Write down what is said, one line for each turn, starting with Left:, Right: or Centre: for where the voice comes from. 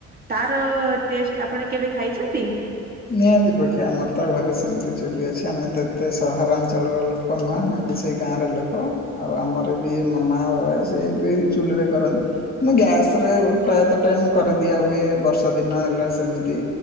Right: ତାର ଟେଷ୍ଟ ଆପଣ କେବେ ଖାଇଚନ୍ତି?
Left: ନିହାତି ପକ୍ଷେ, ଆମର ତ ଘରେ ସେମିତି ଚୁଲି ଅଛି, ଆମେ ତ ଏତେ ସହରାଞ୍ଚଳର ଲୋକ ଲୋକ ନୁହଁ, ଆମେ ବି ସେଇ ଗାଁର ଲୋକ। ଆଉ ଆମର ବି ମାମା ବାବା ସିଏ ବି ଚୁଲିରେ କରନ୍ତି। ମୁଁ ଗ୍ୟାସରେ ପ୍ରାୟତଃ ଟାଇମ୍ କରିଦିଆ ହୁଏ ବର୍ଷା ଦିନ ହେଲା ସେମିତି